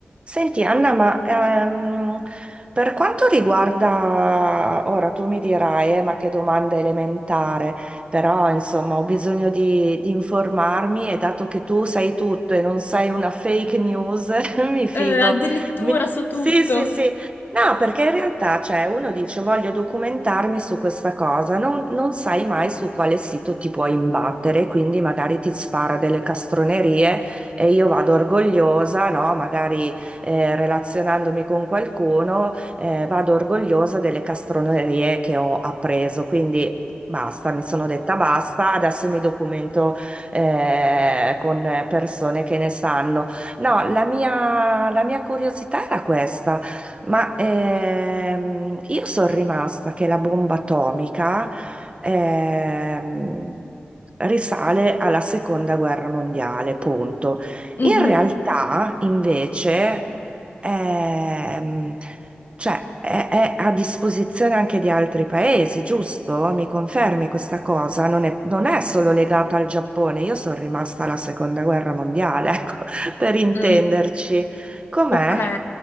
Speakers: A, on the right; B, on the left.
A: Senti Anna, ma ehm, per quanto riguarda, ora tu mi dirai, eh, ma che domanda elementare, però insomma ho bisogno di, di informarmi e dato che tu sai tutto e non sei una fake news, <laughs> mi fido.
B: Eh, addirittura
A: Mi-
B: so tutto.
A: Sì, sì, sì. No, perché in realtà, cioè, uno dice voglio documentarmi su questa cosa, non, non sai mai su quale sito ti puoi imbattere, quindi magari ti spara delle castronerie e io vado orgogliosa, no? Magari eh, relazionandomi con qualcuno, eh, vado orgogliosa delle castronerie che ho appreso. Quindi basta, mi sono detta basta, adesso mi documento eh, con persone che ne sanno. No, la mia, la mia curiosità era questa, ma ehm, io sono rimasta che la bomba atomica ehm, risale alla seconda guerra mondiale, punto.
B: Mhm.
A: In realtà, invece, ehm, cioè, è, è a disposizione anche di altri paesi, giusto? Mi confermi questa cosa? Non è, non è solo legata al Giappone. Io sono rimasta alla seconda guerra mondiale, <laughs> ecco, per intenderci.
B: Mm.
A: Com'è?
B: Ok,